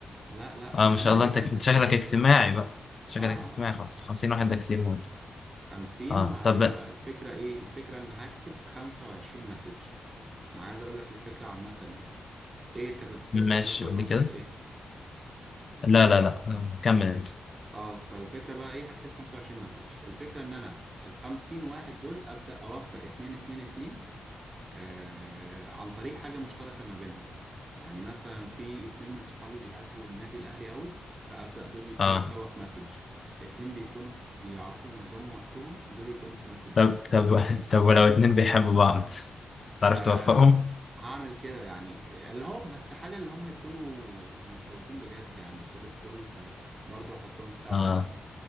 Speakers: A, on the right; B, on the left.
A: لا لا
B: اه ما
A: انا
B: شاء
A: مالي
B: الله انت
A: باللي
B: كنت
A: في السكشن
B: شكلك اجتماعي بقى شكلك
A: اه اه
B: اجتماعي خلاص 50
A: آه، اجتماعي
B: واحد ده كتير موت
A: خمسين
B: اه
A: وهيبقى
B: طب
A: الفكرة ايه الفكرة ان هكتب خمسة وعشرين مسج انا عايز اقول لك الفكرة عامة يعني ايه انت كنت بتسأل
B: ماشي
A: سؤال في النص
B: قول لي كده
A: ايه
B: لا لا لا آه، كمل انت
A: اه فالفكرة بقى ايه هكتب خمسة وعشرين مسج الفكرة ان انا الخمسين واحد دول ابدأ اوفق اتنين اتنين اتنين آه، عن طريق حاجة مشتركة ما بينهم يعني مثلا في اتنين من صحابي بيحبوا النادي الأهلي قوي فأبدأ دول يكونوا
B: اه
A: سوا في مسج اتنين بيكونوا بيعرفوا ينظموا وقتهم دول يكونوا في مسج
B: طب طب <laughs> طب ولو اتنين بيحبوا بعض تعرف
A: أه
B: توفقهم
A: هعمل كده يعني اللي هو بس حاجة اللي هم يكونوا مرتبطين بجد يعني قصاد الكل فبرضه هحطهم سوا
B: اه
A: يعني